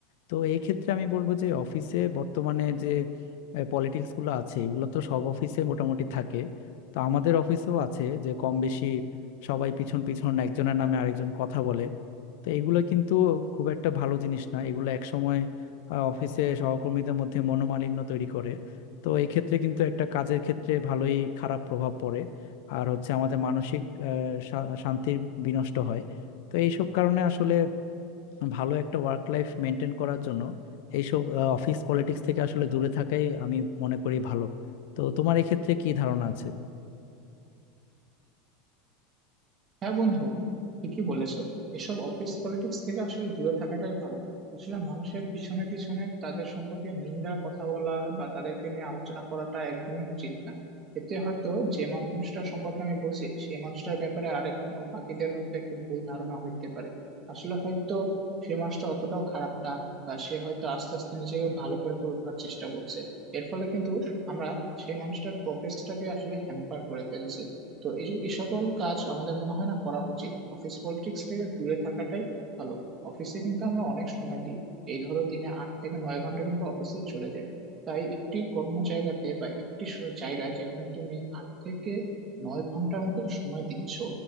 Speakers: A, on the left; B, on the right.
A: তো এই ক্ষেত্রে আমি বলবো যে অফিসে বর্তমানে যে পলিটিক্স গুলো আছে এগুলো তো সব অফিসে মোটামুটি থাকে তো আমাদের অফিসেও আছে যে কম বেশি সবাই পিছন পিছন একজনের নামে আরেকজন কথা বলে তো এগুলো কিন্তু খুব একটা ভালো জিনিস না এগুলো একসময় আহ, অফিসে সহকর্মীদের মধ্যে মনোমালিন্য তৈরি করে তো এই ক্ষেত্রে কিন্তু একটা কাজের ক্ষেত্রে ভালোই খারাপ প্রভাব পড়ে আর হচ্ছে আমাদের মানসিক শা- শান্তির বিনষ্ট হয় তো এইসব কারণে আসলে ভালো একটা ওয়ার্ক লাইফ মেনটেন করার জন্য এইসব অফিস পলিটিক্স থেকে আসলে দূরে থাকাই আমি মনে করি ভালো তো তোমার এক্ষেত্রে কি ধারণা আছে
B: হ্যাঁ বন্ধু ঠিকই বলেছো এসব অফিস পলিটিক্স থেকে আসলে দূরে থাকাটাই ভালো আসলে মানুষের পিছনে পিছনে তাদের সম্পর্কে নিন্দা কথা বলা বা তাদেরকে নিয়ে আলোচনা করাটা একদমই উচিত না এতে হয়তো যে মানুষটার সম্পর্কে আমি বলছি সেই মানুষটার ব্যাপারে আরেক বাকিদের হয়তো একটু ভুল ধারণা হইতে পারে আসলে হয়তো সেই মানুষটা অতটাও খারাপ না বা সে হয়তো আস্তে আস্তে নিজেকে ভালো করে তোলার চেষ্টা করছে এর ফলে কিন্তু আমরা সেই মানুষটার প্রোগ্রেসটাকে আসলে হ্যাম্পার করে ফেলছি তো এই এই সকল কাজ আমাদের মনে হয় না করা উচিত অফিস পলিটিক্স থেকে দূরে থাকাটাই ভালো অফিসে কিন্তু আমরা অনেক সময় দিই এই ধরো দিনে আট থেকে নয় ঘন্টা কিন্তু অফিসে চলে যায় তাই একটি কর্ম জায়গাতে বা একটি স- জায়গায় যেখানে তুমি আট থেকে নয় ঘন্টার মতো সময় দিচ্ছ